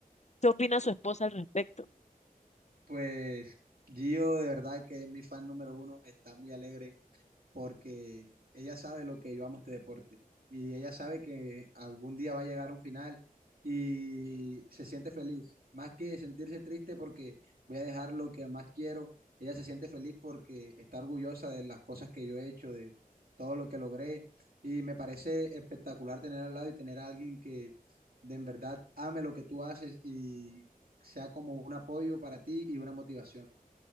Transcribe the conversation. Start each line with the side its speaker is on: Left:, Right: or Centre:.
Left: ¿Qué opina su esposa al respecto?
Right: Pues Gio, de verdad que es mi fan número uno, está muy alegre porque ella sabe lo que yo amo este deporte y ella sabe que algún día va a llegar un final y se siente feliz, más que sentirse triste porque voy a dejar lo que más quiero, ella se siente feliz porque está orgullosa de las cosas que yo he hecho, de todo lo que logré y me parece espectacular tener al lado y tener a alguien que de en verdad ame lo que tú haces y sea como un apoyo para ti y una motivación.